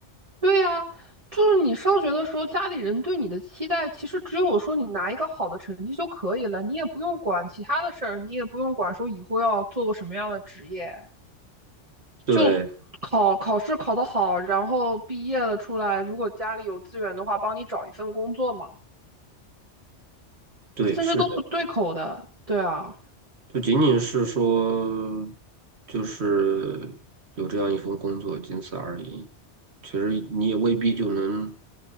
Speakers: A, on the right; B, on the right.
A: 对呀，就是你上学的时候，家里人对你的期待其实只有说你拿一个好的成绩就可以了，你也不用管其他的事儿，你也不用管说以后要做个什么样的职业。
B: 对
A: 就考考试考得好，然后毕业了出来，如果家里有资源的话，帮你找一份工作嘛，
B: 对，
A: 甚至都不对口的。
B: 是这。
A: 对啊，
B: 就仅仅是说，就是有这样一份工作，仅此而已。其实你也未必就能